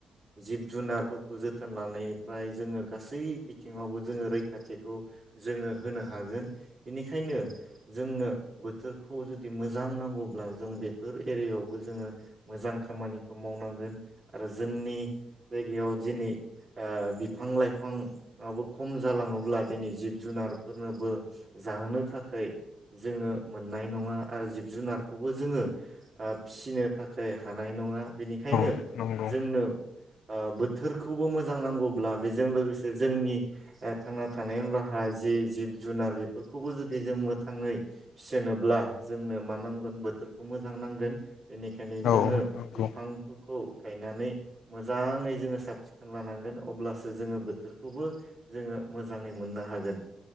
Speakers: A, on the right; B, on the left.
A: जिब जुनारफोरखौ जोथोन लानायनिफ्राय जोङो गासै बिथिङावबो जोङो रैखाथिखौ जोङो होनो हागोन। बेनिखायनो जोंनो बोथोरखौ जुदि मोजां नांगौब्ला जों बे फोर एरियायावबो जोङो मोजां खामानिखौ मावनांगोन आरो जोंनि जायगायाव दिनै ओ बिफां लाइफांआबो खम जालाङोब्ला दिनै जिब जुनारफोरनोबो जाहोनो थाखाय जोङो मोननाय नङा आरो जिब जुनारखौबो जोङो ओ फिनो थाखाय हानाय नङा। बेनिखायनो
B: औ नंगौ
A: जोंनो ओ बोथोरखौबो मोजां नांगौब्ला बेजों लोगोसे जोंनि ओ थांना थानायनि राहा जि जिब जुनार बेफोरखौबो जुदि जों मोथाङै फिसिनोब्ला जोंनो मा नांगोन बोथोर खौ मोजां नांगोन। बेनिखायनो जोङो
B: औ नंगौ
A: बिफां फोरखौ गायनानै मोजाङै जोङो साब सिखोन लानांगोन अब्लासो जोङो बोथोरखौबो जोङो मोजाङै मोननो हागोन।